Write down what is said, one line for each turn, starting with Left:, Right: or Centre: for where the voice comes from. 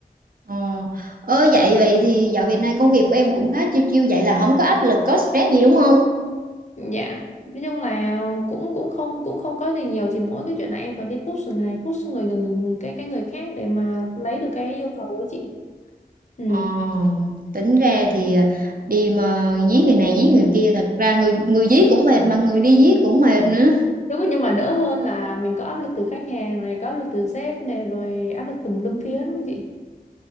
Right: ờ. Ơ, vậy vậy thì dạo Việt Nam công việc của em cũng khá chiêu chiêu vậy là không có áp lực có stress gì đúng không
Left: dạ nói chung là cũng cũng không cũng không có gì nhiều chỉ mỗi cái chuyện là em phải đi push người này push người người, người cái cái người khác để mà lấy được cái yêu cầu ấy chị ừ
Right: Ờ, tính ra thì à, đi mà dí người này dí người kia thật ra người người dí cũng mệt mà người đi dí cũng mệt nữa
Left: Đúng rồi, nhưng mà đỡ hơn là mình có áp lực từ khách hàng này, có áp lực từ sếp này, rồi áp lực tùm lum phía đúng không chị?